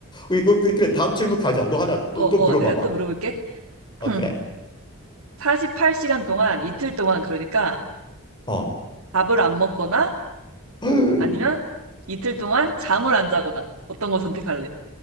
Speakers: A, on the left (about 20°); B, on the right (about 80°).
A: 어, 이거 그- 그래, 다음 질문 가자. 너 하나 또,
B: 어, 어,
A: 또 물어봐봐.
B: 내가 또 물어볼게.
A: 어,
B: <clears throat>
A: 그래.
B: 48시간 동안, 이틀 동안, 그러니까
A: 어.
B: 밥을 안 먹거나
A: <laughs>
B: 아니면 이틀 동안 잠을 안 자거나 어떤 거 선택할래?